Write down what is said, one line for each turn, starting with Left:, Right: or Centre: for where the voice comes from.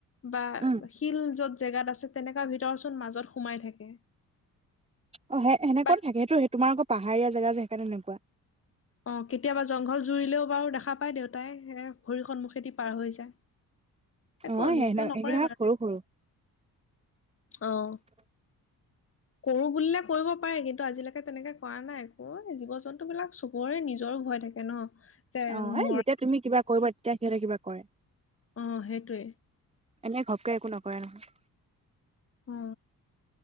Left: বা
Right: উম
Left: শিল যত জেগাত আছে তেনেকুৱা ভিতৰ চোন মাজত সোমাই থাকে
Right: অ সে সেনেকুৱ
Left: বা
Right: থাকে সেইটো সেই তোমাৰ আকৌ পাহাৰীয়া জেগা যে সেকাৰে তেনেকুৱা
Left: অ কেতিয়াবা জংঘল জুৰিলেও বাৰু দেখা পাই দেউতাই এ ভৰিৰ সন্মুখেদি পাৰ হৈ যায় একো
Right: অ
Left: অনিষ্ট
Right: সেই
Left: নকৰে
Right: সেইকেইটা
Left: বাৰু
Right: সৰু সৰু
Left: আহ কৰো বুলিলে কৰিব পাৰে কিন্তু আজিলৈকে তেনেকে কৰা নাই একো জীৱ জন্তু বিলাক চক বৰে নিজৰো ভয় থাকে ন
Right: অ এ
Left: মৰ
Right: যেতিয়া তুমি কিবা কৰিবা তেতিয়া সিহঁতে কিবা কৰে
Left: অ সেইটোৱে
Right: এনেক ঘপকে একো নকৰে নহয়
Left: উ